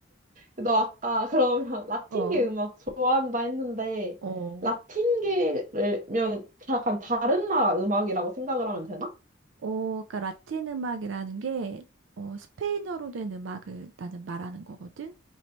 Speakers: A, on the right; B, on the right.
A: 너 아까 그러면 <laughs> 라틴계
B: <laughs> 어,
A: 음악 좋아한다 했는데
B: 어.
A: 라틴계면 약간 다른 나라 음악이라고 생각을 하면 되나?
B: 어, 그러니까 라틴 음악이라는 게 어, 스페인어로 된 음악을 나는 말하는 거거든.